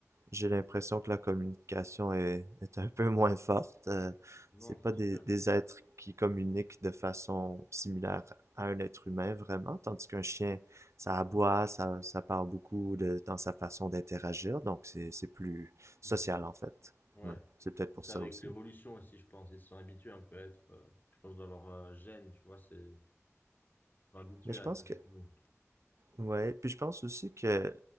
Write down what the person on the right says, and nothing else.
j'ai l'impression que la communication est, est un peu moins forte. Euh,
c'est pas
des,
des êtres qui communiquent de façon similaire à un être humain vraiment, tandis qu'un chien, ça aboie, ça, ça parle beaucoup de, dans sa façon d'interagir, donc c'est, c'est plus social
en fait.
Ouais, c'est peut-être pour
ça
aussi.
Mais je
pense
que,
ouais, puis je pense aussi que,